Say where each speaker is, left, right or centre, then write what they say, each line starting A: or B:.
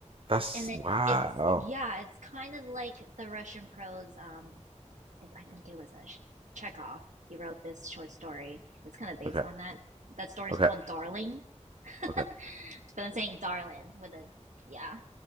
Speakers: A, on the right; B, on the right.
A: That's
B: and it
A: wow.
B: it's yeah it's kind of like the russian prose um it, i think it was a Sh- chekhov he wrote this short story it's kind of based
A: Okay,
B: on that that story is
A: okay,
B: called darling <laughs> but
A: okay.
B: i'm saying darling with a yeah